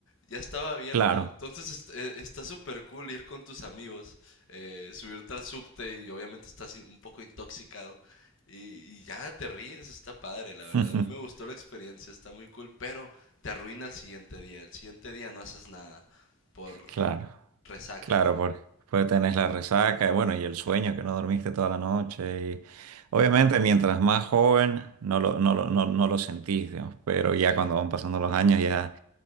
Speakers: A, on the left; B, on the right.
A: ya estaba abierto.
B: claro,
A: Entonces est- eh, está súper cool ir con tus amigos, eh, subirte al subte y obviamente estás in- un poco intoxicado. Y, y ya te ríes, está padre, la verdad.
B: <laughs>
A: A mí me gustó la experiencia, está muy cool, pero te arruina el siguiente día. El siguiente día no haces nada por
B: claro.
A: resaca,
B: Claro,
A: ¿no?
B: porque pues tenés la resaca, y bueno, y el sueño que no dormiste toda la noche. Y obviamente, mientras más joven, no lo, no lo, no, no lo sentís, digamos, pero
A: Sí.
B: ya cuando van pasando los años, ya,